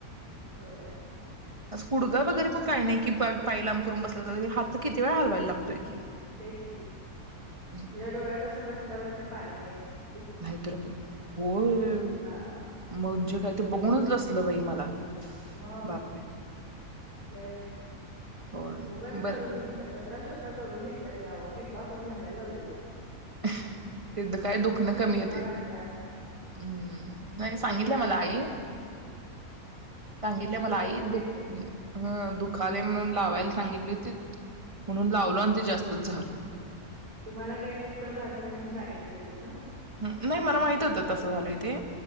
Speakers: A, on the right; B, on the right.
A: होय
B: अस कुडघळ वैगरे पण काय नाही की पाय लांब करून बसल तर हात किती वेळा हलवायचं. <unintelligible>
A: तेच की
B: हम्म.
A: तिच्या डोळ्यात असं बसल्या, बसल्या पाणी याय <unintelligible>
B: नाही तर काय होय
A: दुखणार
B: म्हणजे काय ते ब म्हणूनच लसलं बाई मला.
A: मग
B: बापरे
A: लय वाईट.
B: होय
A: उगाज
B: बर
A: करून घेतल्या स्वतः स्वतः करून घेतल्या ती अहो बिब्बा कोन घालाल लावलेल
B: तेज काय दुखन कमी
A: बिब्बा
B: येतेय अम्म
A: घातल्या
B: नाय
A: मग
B: सांगीतलय
A: ते जळलं
B: मला आई सांगीतले मला
A: जळवून
B: आई
A: घेतलं
B: दुख अ दुख खाली म्हणून लावायला सांगीतली होतीत म्हणून लावलो आण ते जास्तीच झाल.
A: तुम्हाला काय कूक्कर भाजले म्हणून सागितलेले
B: नाही मला माहीत होत तस झालय ते